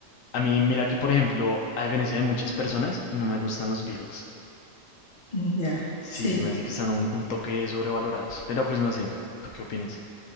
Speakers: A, on the left; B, on the left.
A: a mí, mira que por ejemplo, a diferencia de muchas personas, no me gustan los Beatles.
B: mm, ya,
A: Sí,
B: sí.
A: se me hace que están un, un toque sobrevalorados, pero pues no sé, ¿tú qué opinas?